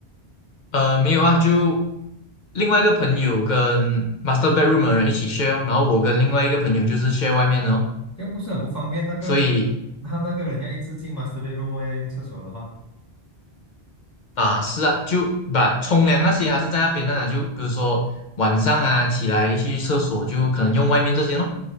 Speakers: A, on the left; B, on the left.
A: 呃，没有啊，就另外一个朋友跟 master bedroom 的人一起 share 哦，然后我跟另外一个朋友就是 share 外面的哦。
B: 这样不是很不方便？那个那个他那个人要一直进
A: 所以
B: master bedroom 哦要用厕所的话，
A: 啊，是啊，就把冲凉那些还是在那边的啦，就比如说晚上啊起来去厕所就可能用外面这间哦。